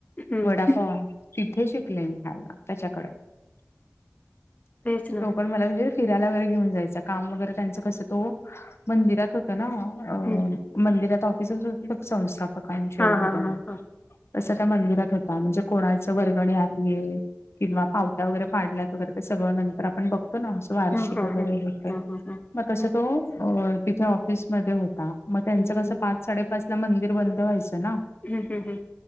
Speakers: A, on the left; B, on the left.
A: हं,
B: वडापाव <unintelligible> तिथे शिकले मी खयला त्याच्याकडे. <unintelligible>
A: तेच ना.
B: पण मला म्हणजे फिरायला वगैरे घेऊन जायचं काम वगैरे त्यांच कसं तो मंदिरात होत ना. अ
A: हम्म. <unintelligible>
B: मंदिरात ऑफिस संस्थापकांचे
A: हा
B: वगैरे.
A: हा हा
B: <unintelligible>
A: हा
B: तं त्या मंदिरात होता म्हणजे कोणाचं वर्गणी आलीय <unintelligible> किंवा पावत्या वगैरे फडल्यात वगैरे ते सगळं नंतर आपण बघतो ना. <unintelligible> वार्षिक
A: हा हा हा हा
B: वगैरे
A: हा
B: होते
A: हा.
B: मग तसं तो तिथे ऑफिसमध्ये होता. <unintelligible> मग त्यांचं
A: हम्म, हम्म,
B: कसं पाच साडेपाच ला मंदिर बंद व्हायचं ना. <unintelligible>
A: हं् हं हं. <unintelligible>